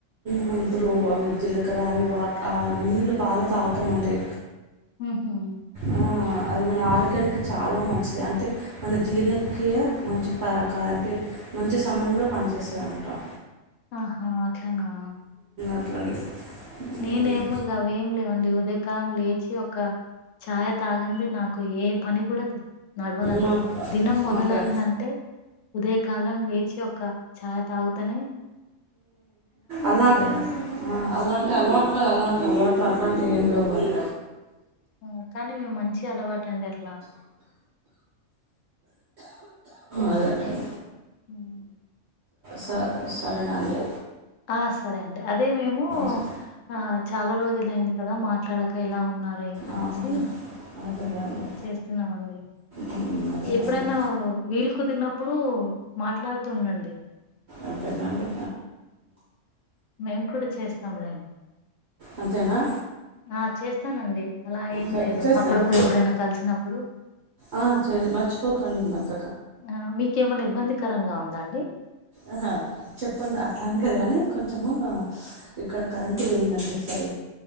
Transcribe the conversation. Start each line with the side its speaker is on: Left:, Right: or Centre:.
Right: మెంతులు అవి జీలకర అవి వా ఆ నీళ్లు బాగా తాగుతామండి
Left: ఉమ్
Right: ఆ, అది మన ఆరోగ్యానికి చాలా మంచిది అంటే మన జీర్ణక్రియ మంచి ప అంటే మంచి సమయంలో పనిచేస్తదిఅనమాట
Left: ఆహా అట్లానా
Right: అట్లా
Left: నేనేమో ఇక అవి ఏం లేవండి ఉదయకాలం లేచి ఒక ఛాయ్ తాగందే నాకు ఏ పని కూడా తె నడవదండి
Right: మాకు
Left: దినం మొదలయిందంటే
Right: మాకు
Left: ఉదయ కాలం లేచి ఒక చాయ్ తాగుతానే
Right: అలాంటి
Left: నాకు.
Right: అలాంటి అలవాట్లు అలాంటి అలవాట్లు అట్లాంటి ఏం లేవని
Left: ఆ కానీ మేము మంచి అలవాటు అండి అట్లా
Right: అదే అంటున్నా.
Left: హ్మ్.
Right: సరే సరేనండి
Left: ఆ సరే అండి అదే మేము
Right: చె-
Left: ఆ చాలా రోజులైంది కదా కదా మాట్లాడక ఎలా ఉన్నారు ఏందిఅనేసి
Right: అవునండి అదే అండి
Left: చేస్తున్నామండి
Right: మ్మ్. అదే
Left: ఎప్పుడైనా
Right: అండి
Left: వీలు కుదిరినప్పుడు మాట్లాడుతూ ఉండండి
Right: అంతేనండి
Left: మేము కూడా చేస్తాం రండి
Right: అంతేనా
Left: ఆ చేస్తానండి అలా ఏం
Right: సరే,
Left: లేదు
Right: చేస్తారా
Left: అప్పుడప్పుడు ఎప్పుడైనా కలిసినప్పుడు
Right: ఆ చెయ్యండి మర్చిపోకండి మధ్య
Left: ఆ మీకేమైన్నా ఇబ్బందికరంగా ఉందా అండి
Right: ఆహా చెప్పండి అట్లాం లేదు కానీ కొంచెము ఇక్కడ కరెంట్ పోయిందండి సరీ